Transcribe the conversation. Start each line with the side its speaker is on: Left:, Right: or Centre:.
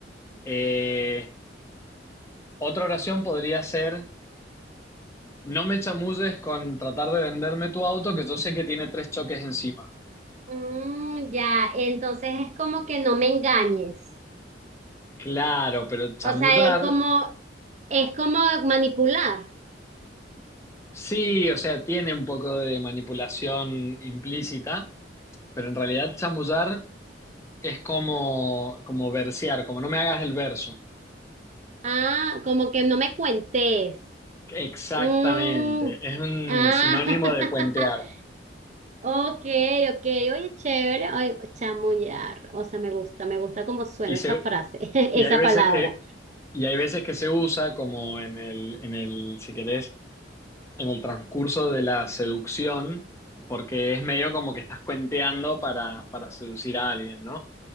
Left: Eh, otra oración podría ser, no me chamulles con tratar de venderme tu auto, que yo sé que tiene tres choques encima.
Right: Mm, ya, entonces es como que no me engañes.
Left: Claro, pero chamullar,
Right: O sea, es como, es como manipular.
Left: sí, o sea, tiene un poco de manipulación implícita, pero en realidad chamullar es como, como versear, como no me hagas el verso.
Right: Ah, como que no me cuentes.
Left: Exactamente,
Right: Mm,
Left: es un
Right: ah,
Left: sinónimo de cuentear.
Right: <laughs> ok, ok. Oye, chévere. Ay, chamullar. O sea, me gusta, me gusta cómo suena
Left: Y, se,
Right: esa frase, <laughs> esa
Left: y hay veces
Right: palabra.
Left: que, y hay veces que se usa como en el, en el, si querés, en el transcurso de la seducción, porque es medio como que estás cuenteando para, para seducir a alguien, ¿no?